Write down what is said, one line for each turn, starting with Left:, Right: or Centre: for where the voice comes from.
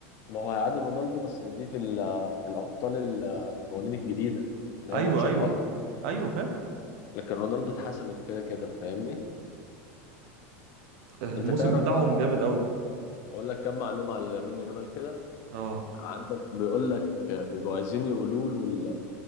Left: ما هو هيعادل رونالدو بس دي في ال في الأبطال القوانين الجديدة إن هي
Right: ايوه
Left: ماتشات
Right: ايوه
Left: أكتر
Right: ايوه فاهم
Left: لكن رونالدو اتحسمت كده كده فاهمني؟
Right: فالموسم
Left: أنت تعرف
Right: بتاعهم
Left: بقى
Right: جامد قوي
Left: اقول لك كم معلومه على لامين يامال كده
Right: اه
Left: عندك بيقول لك بيبقوا عايزين يقولوا له ال-